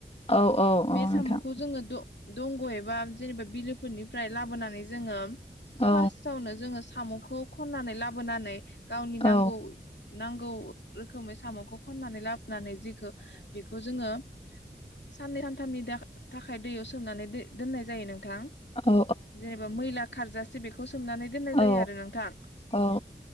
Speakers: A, on the left; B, on the left.
A: औ औ
B: बे
A: औ
B: साम'खौ
A: नोंथां
B: जोङो दंग' एबा जेनेबा बिलोफोरनि ओमफ्राय लाबोनानै जोङो
A: औ
B: फासावनी जोङो साम'खौ खन्नानै लाबोनानै गावनि नांगौ
A: औ
B: नांगौ रोखोमै साम'खौ खननानै लाब नानै जेखौ बेखौ जोङो साननै सानथामनि दा थाखाय दैयाव सोमनानै द दोननाय जायो नोंथां
A: औ
B: जेनेबा मैला खारजा जे बेखौ सोमनानै दोननाय जायो
A: औ
B: आरो नोंथां
A: औ